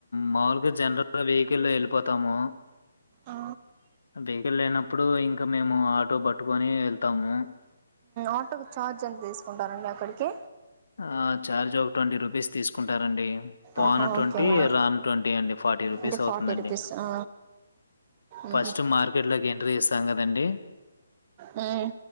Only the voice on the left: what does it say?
మాములుగా జనరల్గా వెహికల్ లొ వెళ్ళిపోతాము.
వెహికల్ లేనప్పుడు ఇంక మేము ఆటో పట్టుకొని వెళ్తాము.
ఆ ఛార్జ్ ఒక ట్వంటీ రూపీస్ తీసుకుంటారండి. పోను
ట్వంటీ
రాను ట్వంటీ అండి ఫార్టీ రూపీస్
అవుతుందండి.
ఫస్ట్ మార్కెట్ లోకి ఎంట్రీ ఇస్తే మ్ కదండి